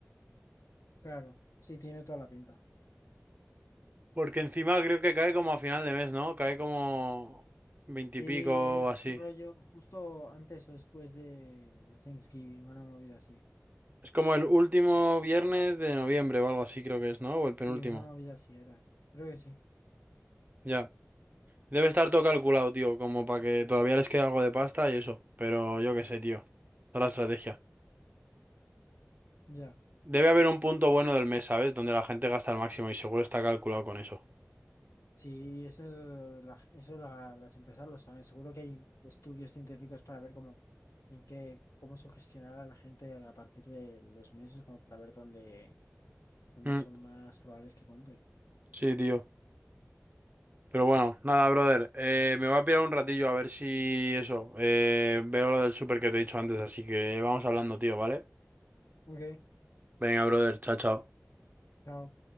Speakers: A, on the left; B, on the right.
A: claro. Sí, tiene toda la pinta.
B: Porque encima creo que cae como a final de mes, ¿no? Cae como veintipico
A: Sí, es
B: o así.
A: rollo justo antes o después de, de Thanksgiving, una movida así.
B: Es como el último viernes de noviembre o algo así creo que es, ¿no? O el
A: Sí,
B: penúltimo.
A: una movida así era. Creo que sí.
B: Ya. Debe estar todo calculado, tío, como para que todavía les quede algo de pasta y eso. Pero yo qué sé, tío. Toda la estrategia.
A: Ya.
B: Debe haber un punto bueno del mes, ¿sabes? Donde la gente gasta el máximo y seguro está calculado con eso.
A: Sí, eso, la- eso la- las empresas lo saben. Seguro que hay estudios científicos para ver cómo, en qué, cómo sugestionar a la gente a partir de los meses, como para ver dónde, dónde
B: Mm,
A: son más probables que compren.
B: sí, tío. Pero bueno, nada, brother. Eh, me voy a pirar un ratillo a ver si eso. eh, veo lo del súper que te he dicho antes, así que vamos hablando, tío, ¿vale?
A: Ok,
B: Venga, brother. Chao, chao.
A: chao.